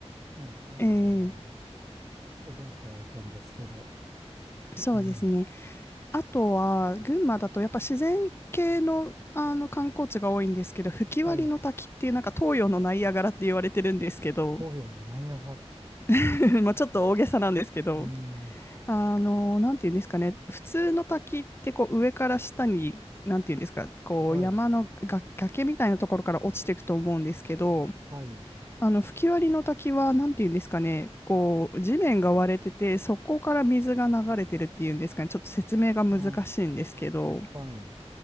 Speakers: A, on the right; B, on the left.
A: ね、あの
B: ええ
A: お覚えてはいたんですけど、
B: そうですね。
A: うん。
B: あとは、群馬だとやっぱ自然系の、あの観光地が多いんですけど、吹割の滝っていう、
A: はい。
B: なんか東洋のナイアガラって言われてるんですけど、
A: 東洋のナイアガラ
B: <laughs> まあちょっと大げさなんですけど、
A: うん。
B: あの、なんていうんですかね、普通の滝ってこう上から下に、なんていうんですか、こう山のが崖みたいなところから落ちていくと思うんですけど、
A: はい。はい。
B: あの吹き割りの滝は何て言うんですかね、こう地面が割れてて、そこから水が流れてるっていうんですかね、ちょっと説明が難しいんですけど、
A: ああ、はい。